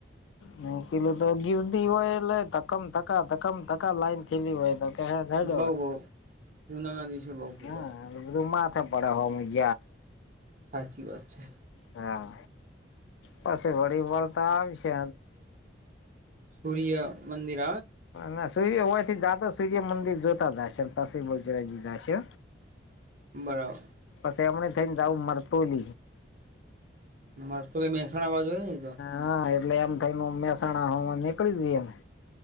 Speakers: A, on the left; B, on the right.
A: ન પેલું તો ગિરદી હોય એટલે ધકમ ધકા ધકમ ધકા લાઈન થેલી હોય. થેડ હેડ
B: બઉ બઉ પૂનમ ના દિવસે બઉ ભીડ
A: હા,
B: હોય
A: ધું માથે પરડ હોમજ
B: સાચી વાત છે.
A: હા પછી વળી વળતા આવશે
B: સૂર્ય મંદિર
A: ના સૂર્ય હોય થી જાતો સૂર્ય મંદિર જોતા જાય છે પી બચરાજી જાય છે.
B: બરાબર.
A: પછી એમને થઈને જાવું મરતો લ
B: મારે મહેસાણા બાજુ હોય ન તો-'
A: હા એટલે એમ થઈને મહેસાણામાં નીકળી જ એને